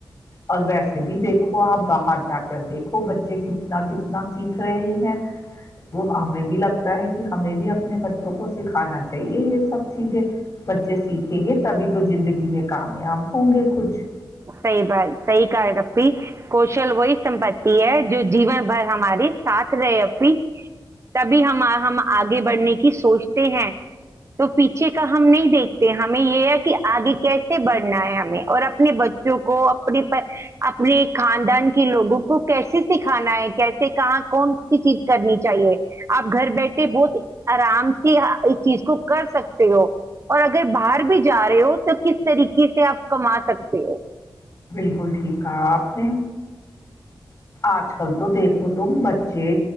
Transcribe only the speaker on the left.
اور ویسے بھی دیکھو آپ باہر جا کر دیکھو بچے کتنا کتنا سیکھ رہے ہیں وہ ہمیں بھی لگتا ہے ہمیں بھی اپنے بچوں کو سکھانا چاہیے یہ سب چیزیں بچے سیکھیں گے تبھی تو زندگی میں کامیاب ہوں گے کچھ
بالکل ٹھیک ٹھاک آج کل تو دیکھ تم بچے